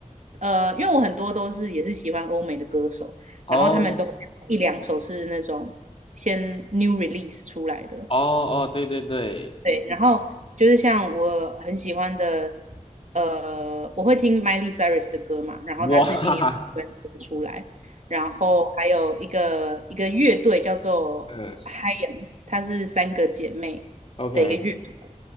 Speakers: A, on the right (about 60°); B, on the left (about 45°).
A: 呃，因为我很多都是也是喜欢欧美的歌手。
B: 哦
A: 然后他们都一两首是那种先 new release 出来的，
B: 哦哦，对对对，
A: 对，然后就是像我很喜欢的，呃，我会听 Miley Cyrus 的歌嘛，然后他最近也有专辑出来，
B: 哇，<laughs> 哈哈，
A: 然后还有一个一个乐队叫做
B: 嗯
A: h y e m 她是三个姐妹的一个乐团，
B: ，OK，